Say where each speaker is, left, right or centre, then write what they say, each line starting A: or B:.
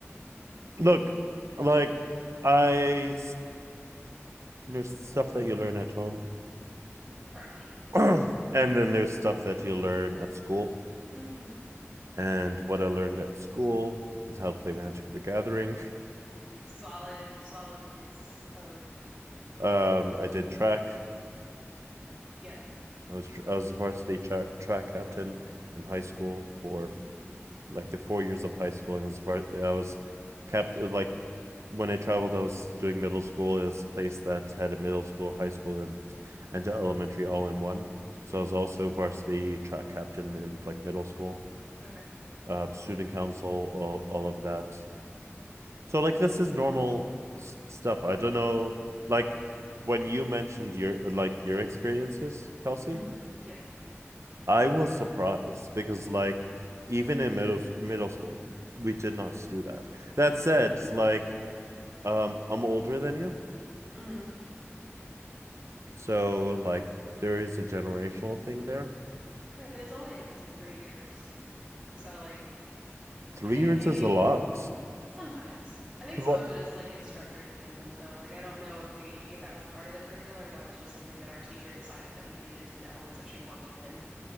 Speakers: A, on the right; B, on the right.
A: <laughs> Look, like I there's stuff that you learn at home,
B: <laughs> Right.
A: <clears throat> and then there's stuff that you learn at school.
B: Mm-hmm.
A: And what I learned at school was how to play Magic the Gathering.
B: Solid, solid use of
A: Um, I did track.
B: yeah.
A: I was I was varsity track track captain in high school for
B: hmm
A: like the four years of high school, and was var- I was captain. like when I traveled, I was doing middle school at a place that had a middle school, high school, and and elementary all in one.
B: Yeah.
A: So I was also varsity track captain in like middle school,
B: Okay.
A: um, student council, all all of that. So like this is normal s- stuff. I don't know, like when you mentioned your like your experiences, Kelsey
B: hmm Yeah.
A: I was surprised because like even in middle middle school we did not do that. That said, like um I'm older than you.
B: hmm
A: So like there is a generational thing there.
B: Right, but it's only a difference of three years. So like
A: 3
B: I think
A: years
B: maybe
A: is a lot.
B: Sometimes. I think
A: Well,
B: some of it is like instructor dependent though. Like I don't know if we if that was part of the curriculum or that was just something that our teacher decided that we needed to know and so she worked it in.